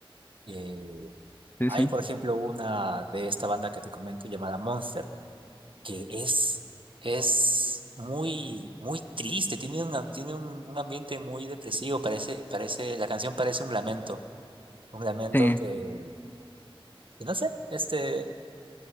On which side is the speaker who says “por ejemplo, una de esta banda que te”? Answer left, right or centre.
Right